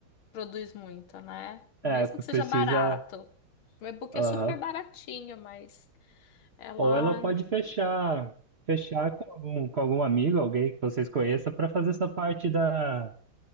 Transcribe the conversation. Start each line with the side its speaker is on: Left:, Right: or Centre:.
Left: produz muito, né? Mesmo
Right: é,
Left: que seja
Right: precisa.
Left: barato. O e-book
Right: aham.
Left: é super baratinho, mas Ela
Right: Ou ela pode fechar. Fechar com algum, com algum amigo, alguém que vocês conheçam, para fazer essa parte da,